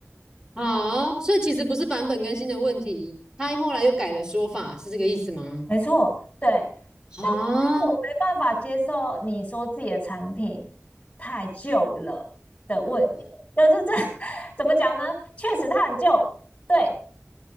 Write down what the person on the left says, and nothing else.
没错，对。
但但我没办法接受你说自己的产品太旧了的问，就是这 <laughs> 怎么讲呢？确实它很旧，对，